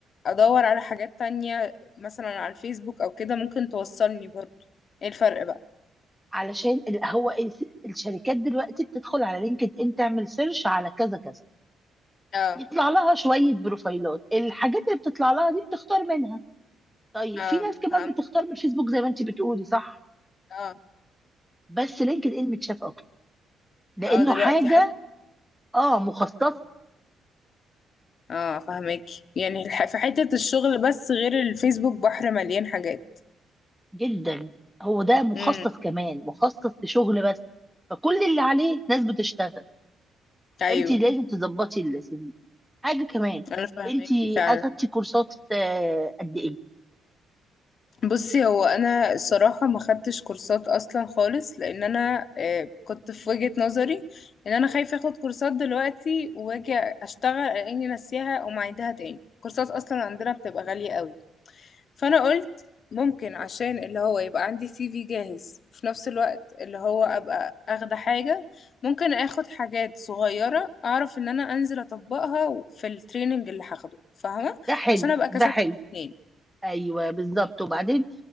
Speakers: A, on the left; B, in the centre.
A: ادور على حاجات تانية مثلا على الفيسبوك او كده ممكن توصلني برضو ايه الفرق بقى
B: علشان ال- هو الس- الشركات دلوقتي بتدخل على لينكد ان تعمل سيرش على كذا كذا
A: اه
B: يطلع لها شويه بروفايلات الحاجات اللي بتطلع لها دي بتختار منها طيب
A: اه
B: في ناس كمان
A: فهمت
B: بتختار من الفيسبوك زي ما انت بتقولي صح
A: اه
B: بس لينكد ان متشاف اكتر لانه
A: اه دلوقتي
B: حاجه اه مخصص
A: اه فاهمك يعني الح- في حتة الشغل بس غير الفيسبوك بحر مليان حاجات
B: جدا هو ده مخصص
A: امم
B: كمان مخصص لشغل بس فكل اللي عليه ناس بتشتغل
A: ايوه
B: فانت لازم تظبطي السي في حاجه كمان
A: انا فاهمك
B: انت
A: فعلا
B: اخدتي كورسات آه، قد ايه
A: بصي هو انا الصراحة ما خدتش كورسات اصلا خالص لان انا آه، كنت في وجهة نظري ان انا خايفة اخد كورسات دلوقتي واجي اشتغل اني ناسيها ومعيدها تاني كورسات اصلا عندنا بتبقى غالية قوي فانا قلت ممكن عشان اللي هو يبقى عندي سي في جاهز وفي نفس الوقت اللي هو ابقى اخده حاجة ممكن اخد حاجات صغيرة اعرف ان انا انزل اطبقها في التريننج اللي هاخده فاهمة
B: ده حلو
A: عشان ابقى كسبت
B: ده حلو
A: الاتنين
B: ايوه بالظبط وبعدين